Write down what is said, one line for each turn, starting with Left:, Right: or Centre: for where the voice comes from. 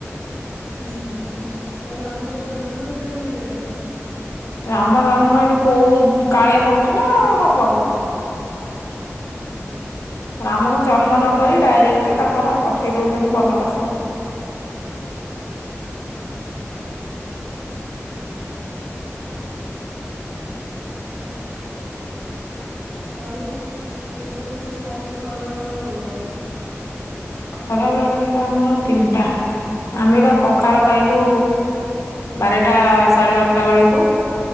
Right: ହୁଁ ହୁଁ ଆଉ ରାମ ଜନ୍ମ କାଇଁ ହେଲାନି?
Left: ରାମ ଜନ୍ମ ଏଇଠି କୋଉ କାଳେ ହଉଛି ନା ହବ।
Right: ହୁଁ।
Left: ରାମଙ୍କୁ ଜନ୍ମ ନକରି ଡାଇରେକ୍ଟ ତାଙ୍କର ପଠେଇ ଦଉଛନ୍ତି ବନବାସ।
Right: ଆଉ କେତେବେଳେ ଖାଇବ ଖରାବେଳ ଖାଇବା?
Left: ଖରାବେଳ ଖାଇବା ଆମର ତିନିଟା। ଆମେ ବା ପଖାଳ ଖାଇଲୁ ବାରରଟା ସାଢେ ବାରେଟା ବେଳୁକୁ।